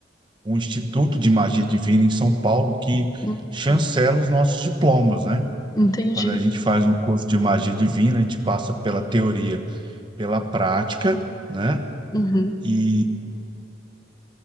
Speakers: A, on the right; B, on the left.
A: um instituto de magia divina em São Paulo que
B: Hum,
A: chancela os nossos diplomas, né?
B: entendi.
A: Quando a gente faz um curso de magia divina, a gente passa pela teoria, pela prática, né?
B: Uhum.
A: E